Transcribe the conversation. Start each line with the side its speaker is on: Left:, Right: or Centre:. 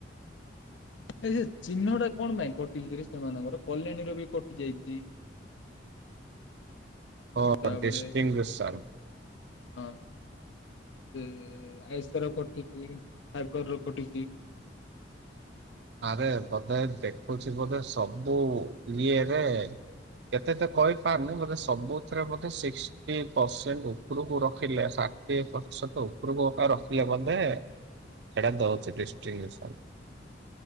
Left: ଆ ଚିହ୍ନଟା କଣ ପାଇଁ କଟି ଯେ ସେମାନଙ୍କର କଲ୍ୟାଣୀର ବି କଟି ଯାଇଛି।
Right: ଓ
Left: ତାପରେ
Right: ଡିଷ୍ଟଟିଂ <unintelligible> ସାର୍ଭ
Left: ହଁ ସେ ଆଇସ୍ ର କଟିଛିି ଖାରଗର ର କଟିଛି
Right: ଆରେ ବୋଧେ ଦେଖୁଛି ବୋଧେ ସବୁ ଇ ଏରେ କେତେ ତ କହିପାରୁନି ବୋଧେ ସବୁଥିରେ ବୋଧେ ଷିକ୍ଟି ପରସେଣ୍ଟ ଉପରକୁ ରଖିଲେ <unintelligible> ଷାଠିଏ ପ୍ରତିଶତ ଉପରକୁ କା ରଖିଲେ ବୋଧେ ସେଟା ଦଉଛି ଦିଷ୍ଟ୍ରଂନ ସନ୍।